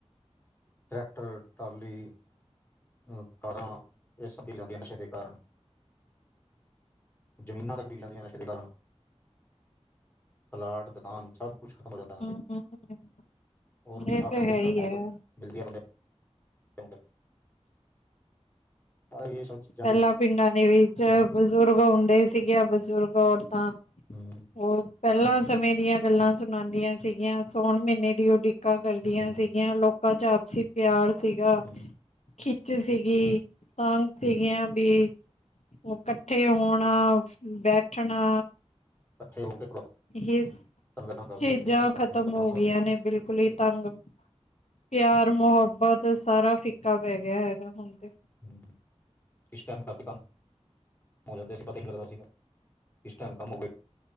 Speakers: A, on the left; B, on the left.
A: ਟਰੈਕਟਰ, ਟਰਾਲੀ ਹੂੰ ਕਾਰਾਂ, ਇਹ ਸਭ ਵਿੱਕ ਜਾਂਦੀਆਂ ਨਸ਼ੇ ਦੇ ਕਾਰਨ। ਜ਼ਮੀਨਾਂ ਤੱਕ ਵਿਕ ਜਾਂਦੀਆਂ, ਨਸ਼ੇ ਦੇ ਕਾਰਨ। ਪਲਾਟ, ਦੁਕਾਨ ਸਭ ਕੁਛ ਖਤਮ ਹੋ ਜਾਂਦਾ ਨਸ਼ੇ
B: <inaudible>
A: ਹੋਰ
B: ਇਹ
A: ਆਖਰ
B: ਤਾਂ ਹੈ
A: ਦੇ ਅੰਦਰ,
B: ਹੀ
A: ਮੋਤ
B: ਹੈ
A: ਮਿਲਦੀ ਆ ਬੰਦੇ ਹਾਂ, ਇਹ ਸਭ ਚੀਜ਼ਾਂ
B: ਪਹਿਲਾਂ ਪਿੰਡਾਂ ਦੇ ਵਿੱਚ,
A: ਜਿਹੜੀਆਂ
B: ਬਜ਼ੁਰਗ ਹੁੰਦੇ ਸੀਗੇ ਆ। ਬਜ਼ੁਰਗ ਔਰਤਾਂ,
A: ਹੂੰ
B: ਉਹ ਪਹਿਲਾਂ ਸਮੇਂ ਦੀਆਂ ਗੱਲਾਂ ਸੁਣਾਂਦੀਆਂ ਸੀਗੀਆਂ। ਸੋਣ ਮ੍ਹੀਨੇ ਦੀ ਉਡੀ ਕਾ ਕਰਦੀਆਂ
A: ਹੂੰ
B: ਸੀਗੀਆਂ। ਲੋਕਾਂ 'ਚ ਆਪਸੀ ਪਿਆਰ ਸੀਗਾ
A: ਹੂੰ
B: ਖਿੱਚ ਸੀਗੀ, ਤਾਂਗ ਸੀਗੀਆਂ
A: ਹੂੰ
B: ਵੀ, ਕੱਠੇ ਹੋਣਾ, ਬੈਠਣਾ।
A: ਕੱਠੇ ਹੋ ਕੇ ਪੁਰਾਤਨ
B: ਹਿਸ,
A: ਗੱਲਾਂ ਕਰਦੇ
B: ਚੀਜ਼ਾਂ
A: ਸੀਗੇ ਪਰ ਪੁਰਾਣੀਆਂ
B: ਖਤਮ
A: ਗੱਲਾਂ
B: ਹੋ ਗਈਆਂ
A: ਸਾਰੀਆਂ
B: ਨੇ ਬਿਲਕੁਲ ਈ ਤੰਗ ਪਿਆਰ, ਮੁਹੱਬਤ ਸਾਰਾ ਫਿੱਕਾ ਪੈ ਗਿਆ ਹੈਗਾ ਹੁਣ ਤੇ।
A: ਹੂੰ, ਇਸ ਟਾਈਮ ਘਰਦੇ ਕੰਮ, ਹੋ ਜਾਂਦੇ ਸੀ ਪਤਾ ਨੀ ਲੱਗਦਾ ਸੀਗਾ। ਕਿਸ ਟਾਈਮ ਕੰਮ ਹੋਗੇ।